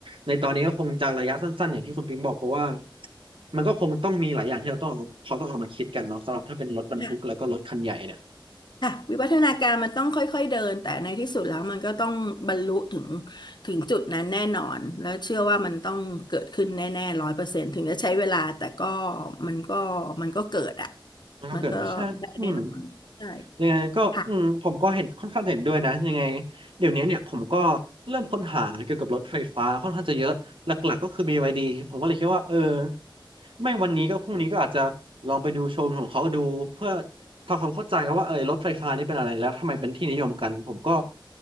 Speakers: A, on the right; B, on the left.
A: ในตอนนี้ก็คงจะระยะสั้นๆอย่างที่คุณปิงบอกเพราะว่ามันก็คงต้องมีหลายอย่างที่เราต้องเอาเขาต้องเอามาคิดกันเนาะสำหรับถ้าเป็นรถบรรทุกแล้วก็รถคันใหญ่เนี่ย
B: ค่ะ ค่ะวิวัฒนาการมันต้องค่อยๆเดินแต่ในที่สุดแล้วมันก็ต้องบรรลุถึงถึงจุดนั้นแน่นอนแล้วเชื่อว่ามันต้องเกิดขึ้นแน่ๆร้อยเปอร์เซ็นต์ถึงจะใช้เวลาแต่ก็มันก็มันก็เกิดอ่ะ
A: มันก็เกิดมาใช่อืม
B: มันก็ได้แน่นอนใช่
A: ยังไงก็อืมผมก็เห็นค่อนข้างเห็นด้วยนะยังไง
B: ค่ะ
A: เดี๋ยวนี้เนี่ยผมก็เริ่มค้นหาเกี่ยวกับรถไฟฟ้าค่อนข้างจะเยอะหลักๆก็คือ b ดีผมก็เลยคิดว่าเออไม่วันนี้ก็พรุ่งนี้ก็อาจจะลองไปดูโชว์รูมของเขาดูเพื่อทำความเข้าใจว่าเออรถไฟฟ้านี่เป็นอะไรแล้วทำไมเป็นที่นิยมกันผมก็